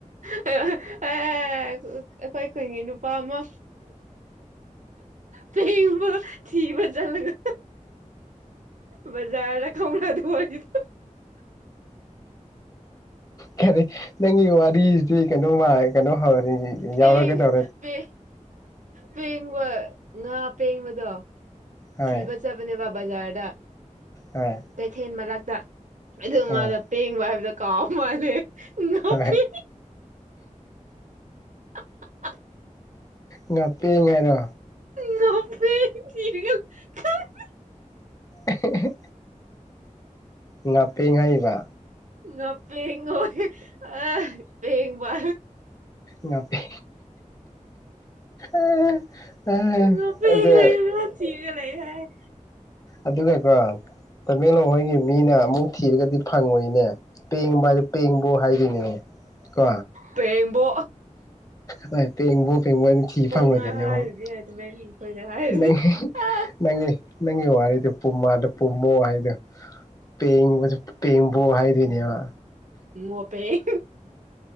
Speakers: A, on the right; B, on the left.
A: <unintelligible> ꯑꯦ ꯑꯩꯈꯣꯏ ꯈꯨꯟꯒꯤ ꯅꯨꯄꯥ ꯑꯃ ꯆꯍꯤ ꯊꯤꯕ ꯆꯠꯂꯒ ꯕꯖꯥꯔꯗ ꯈꯪꯕ꯭ꯔꯥ ꯑꯗꯨꯋꯥꯏꯗꯣ
B: ꯀꯔꯤ ꯅꯪꯒꯤ ꯋꯥꯔꯤꯁꯤꯗꯤ ꯀꯩꯅꯣꯃꯥꯏ ꯀꯩꯅꯣ <unintelligible>
A: ꯄꯦꯡ
B: ꯌꯥꯎꯔꯒꯗꯧꯔ
A: ꯄꯦꯡ ꯄꯦꯡꯕ ꯉꯥ ꯄꯦꯡꯕꯗꯣ
B: ꯍꯣꯏ
A: ꯊꯤꯕ ꯆꯠꯄꯅꯦꯕ ꯕꯖꯥꯔꯗ
B: ꯍꯣꯏ
A: ꯀꯩꯊꯦꯜ ꯃꯔꯛꯇ ꯑꯗꯨꯒ
B: ꯎꯝ
A: ꯃꯥꯗꯨ ꯄꯦꯡꯕ ꯍꯥꯏꯕꯗꯣ ꯀꯥꯎ ꯃꯥꯜꯂꯦ ꯉꯥꯄꯤ
B: ꯍꯣꯏ
A: <inaudible>
B: ꯉꯥꯄꯦꯡ ꯍꯥꯏꯔꯣ
A: ꯉꯥꯄꯤ <unintelligible>
B: ꯑꯍꯦꯍꯦ ꯉꯥꯄꯦꯡ ꯍꯥꯏꯔꯤꯕ
A: ꯉꯥꯄꯦꯡ ꯍꯣꯏ ꯑ ꯄꯦꯡꯕꯥ
B: ꯉꯥꯄꯦ ꯑ
A: ꯉꯥꯄꯦꯡ
B: ꯑꯗꯥ
A: ꯂꯩꯕ꯭ꯔꯥ ꯊꯤꯔꯒ ꯂꯩ ꯍꯥꯏꯌꯦ
B: ꯑꯗꯨꯒꯀꯣ ꯇꯃꯦꯡꯂꯣꯡ ꯍꯣꯏꯒꯤ ꯃꯤꯅ ꯑꯃꯨꯛ ꯊꯤꯔꯒꯗꯤ ꯐꯪꯉꯣꯏꯅꯦ ꯄꯦꯡꯕ ꯍꯥꯏꯗ ꯄꯦꯡꯕꯣ ꯍꯥꯏꯗꯣꯏꯅꯦ ꯀꯣ
A: ꯄꯦꯡꯕꯣ
B: ꯍꯣꯏ ꯄꯦꯡꯕꯣ ꯄꯦꯡꯕꯣ ꯍꯥꯢꯅ ꯊꯤ ꯐꯪꯉꯣꯏꯗꯣꯏꯅꯦ
A: ꯉꯥ ꯍꯥꯏꯔꯤꯅꯦ
B: ꯑꯃꯨꯛ
A: ꯇꯃꯦꯡꯂꯣꯡ ꯈꯣꯏꯗ ꯍꯥꯏꯔꯗꯤ
B: ꯅꯪ
A: ꯑ
B: ꯅꯪ ꯅꯪ ꯋꯥꯉꯥꯡ ꯑꯩꯗꯣ ꯄꯨꯃꯥꯗ ꯄꯨꯝꯃꯣ ꯍꯥꯏꯗꯣ ꯄꯦꯡꯕ ꯄꯦꯡꯕꯣ ꯍꯥꯏꯗꯣꯏꯅꯦꯕ
A: ꯃꯣꯄꯦ ꯑ